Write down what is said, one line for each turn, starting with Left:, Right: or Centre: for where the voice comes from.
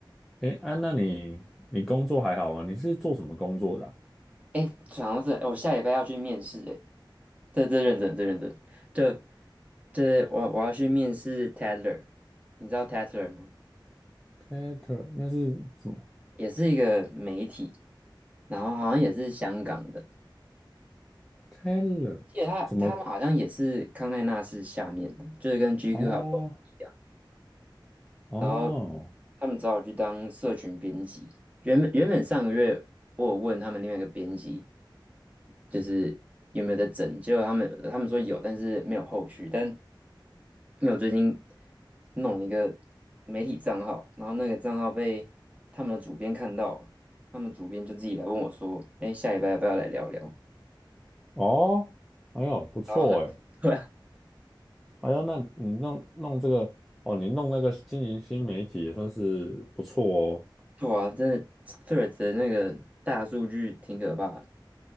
Centre: 哎，安、娜，你你工作还好吗？你是做什么工作的啊
Right: 哎，讲到这，我下礼拜要去面试，哎，这这认真，这认真，这这我我要去面试 Tatler，你知道 Tatler 吗？
Centre: ？Tater 那是什么
Right: 也是一个媒体，然后好像也是香港的，
Centre: ？Taylor
Right: 记得他他们好像也是康奈纳是下面的，
Centre: 怎么？
Right: 就是跟 GQ
Centre: 哦
Right: 还不一样。
Centre: 哦
Right: 然后他们找我去当社群编辑。原本原本上个月我有问他们另外一个编辑，就是有没有在整，结果他们他们说有，但是没有后续。但因为我最近弄了一个媒体账号，然后那个账号被他们的主编看到了他们主编就自己来问我说：“哎，下礼拜要不要来聊聊？”
Centre: 哦，哎呦，不错哎。
Right: 然后很 <laughs> 对啊，
Centre: 哎呦，那你弄弄这个哦，你弄那个经营新媒体也算是不错
Right: 对啊，这 t h r e a d 的那个大数据挺可怕的，